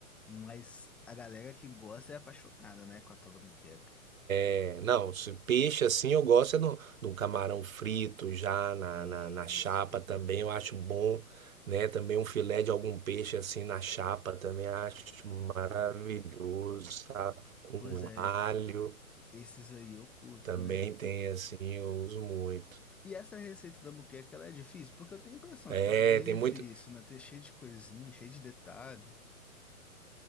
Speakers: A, in the centre; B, on the right.
A: Mas a galera que gosta é apaixonada, né, com a tal da moqueca.
B: É, Não, se peixe assim eu gosto é no, do camarão frito já na,
A: Isso.
B: na, na chapa também, eu acho bom, né? Também um filé de algum peixe assim na chapa também acho maravilhoso, sabe? Com
A: Pois é,
B: alho
A: esses aí eu curto,
B: também
A: né?
B: tem assim, eu uso muito.
A: E essa receita da moqueca, ela é difícil? Porque eu tenho a impressão
B: É,
A: de que ela é bem
B: tem
A: difícil,
B: muito.
A: né? Tem cheio de coisinha, cheio de detalhe.